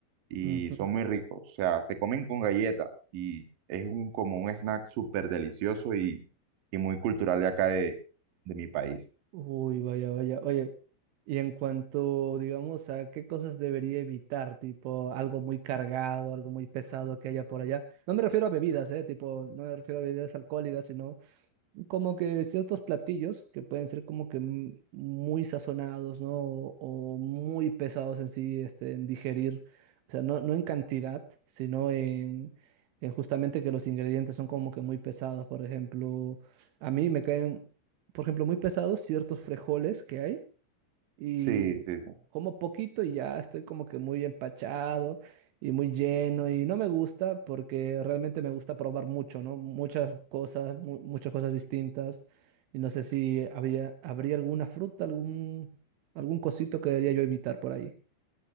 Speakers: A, on the right; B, on the right.
A: y
B: Ujú.
A: son muy ricos. O sea, se comen con galleta y es un, como un snack súper delicioso y, y muy cultural de acá de, de mi país.
B: Uy, vaya, vaya. Oye, y en cuanto, digamos, a qué cosas debería evitar, tipo algo muy cargado, algo muy pesado que haya por allá. No me refiero a bebidas, ¿eh? Tipo, no me refiero a bebidas alcohólicas, sino como que ciertos platillos que pueden ser como que m- muy sazonados, ¿no? O, o muy pesados en sí, este, en digerir. O sea, no, no en cantidad, sino en, en justamente que los ingredientes son como que muy pesados. Por ejemplo, a mí me caen, por ejemplo, muy pesados ciertos frijoles que hay y
A: Sí, sí, sí.
B: como poquito y ya estoy como que muy empachado y muy lleno y no me gusta porque realmente me gusta probar mucho, ¿no? Muchas cosas, mu- muchas cosas distintas y no sé si había, habría alguna fruta, algún, algún cosito que debería yo evitar por ahí.